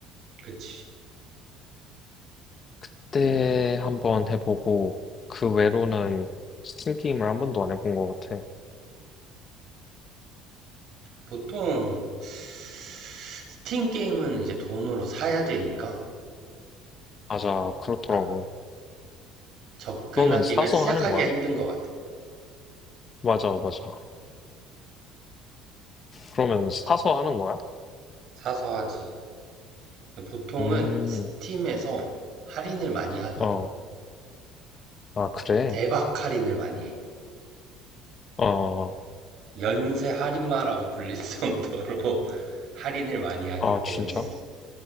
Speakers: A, on the right; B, on the left.
A: 그치.
B: 그때 한번 해보고 그 외로는 스팀 게임을 한 번도 안 해본 것 같아.
A: 보통 스팀 게임은 이제 돈으로 사야 되니까
B: 맞아, 그렇더라고.
A: 아, 접근하기가
B: 그러면 사서
A: 시작하기가
B: 하는 거야?
A: 힘든 것 같아.
B: 맞아, 맞아. 그러면 사서 하는 거야?
A: 사서 하지. 보통은
B: 음,
A: 스팀에서 할인을 많이 하거든.
B: 어, 아, 그래?
A: 대박 할인을 많이 해.
B: 어,
A: 연세 할인마라고 불릴 정도로 <laughs> 할인을 많이 하기
B: 아,
A: 때문에
B: 진짜?